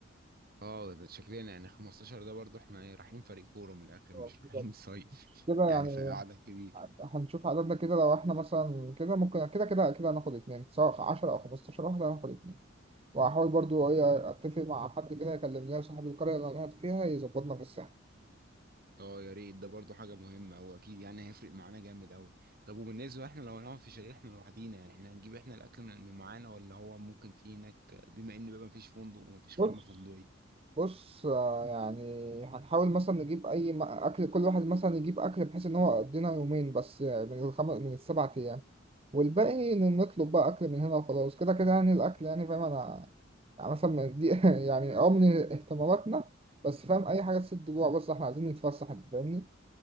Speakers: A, on the right; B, on the right.
A: اه ده شكلنا يعني 15 ده برضو احنا إيه، رايحين فريق كوره من الاخر
B: آه،
A: مش رايحين
B: بالظبط.
A: صيف
B: كده
A: <laughs> يعني
B: يعني
A: فقعده كده
B: هنشوف عددنا كده لو احنا مثلا كده ممكن كده كده كده هناخد اتنين سواء 10 او 15 واحد هناخد اتنين وهحاول برضو ايه اتفق مع حد كده يكلم لنا صاحب القرية اللي انا قاعد فيها يظبطنا في الساحة
A: اه يا ريت ده برضو حاجة مهمة هو أكيد يعني هيفرق معانا جامد أوي طب وبالنسبة احنا لو هنقعد في شاليه احنا لوحدينا يعني احنا هنجيب احنا الأكل من من معانا ولا هو ممكن في هناك بما إن بقى مفيش فندق ومفيش
B: بص
A: خدمة فندقية
B: بص آه، يعني هنحاول مثلا نجيب اي م- اكل كل واحد مثلا يجيب اكل بحيث ان هو يقضينا يومين بس آه، من الخمس من السبع ايام والباقي ن- نطلب بقى اكل من هنا وخلاص كده كده يعني الاكل يعني فاهم انا يعني مثلا من دي <laughs> يعني اه من اهتماماتنا بس فاهم اي حاجة تسد جوع بس احنا عايزين نتفسح انت فاهمني